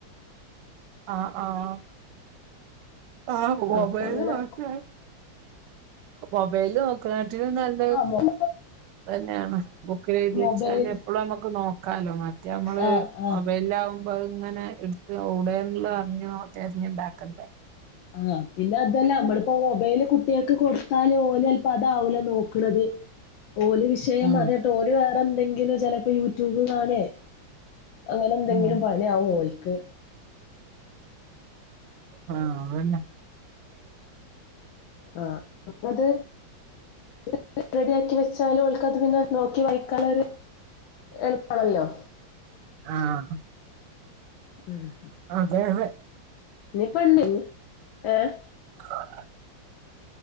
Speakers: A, on the right; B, on the left.
A: ആഹ് ആഹ് ആഹ് മൊബൈല്
B: അപ്പൊ അങ്ങനെ
A: നോക്ക മൊബൈല് നോക്കണാട്ടിലും നല്ല
B: ആ മോം
A: അതന്നെയാണ് ബുക്ക്ല് എഴുതി
B: മൊബൈൽ
A: വെച്ചാല് എപ്ളും അമ്മക്ക് നോക്കാലോ മറ്റേമ്മള്
B: ആ ആ
A: മൊബൈലാ പ്പഇങ്ങനെ എട്ത്ത് ഓടെള്ള അറ്ഞ്ഞോ തെര് <unintelligible>
B: ആഹ് പിന്നെ അതല്ല അമ്മളിപ്പോ മൊബൈല് കുട്ട്യാക്ക് കൊടുത്താല് ഓലെൽപ അതാവൂല നോക്ക്ണത് ഓല് വിഷയം
A: ഉം
B: അിതെതോ ഓല് വേറെ ന്തെങ്കിലും ചെലപ്പോ യൂട്യൂബ് കാണെ അങ്ങനെന്തെങ്കിലും
A: ഉം
B: പണി ആവു ഓൽക്ക്
A: ആഹ് അന്നെ
B: ആഹ് അത് <unintelligible> റെഡിയാക്കി വെച് ന്നാലു ഓൽക്കത് പിന്നെ നോക്കി വായ് ക്കാള്ളോര് എളുപ്പാ ണല്ലോ
A: ആഹ്
B: ഉമ്
A: അതെ അതെ
B: നി പ്പ ണ്ട് ഏഹ്
A: ആഹ്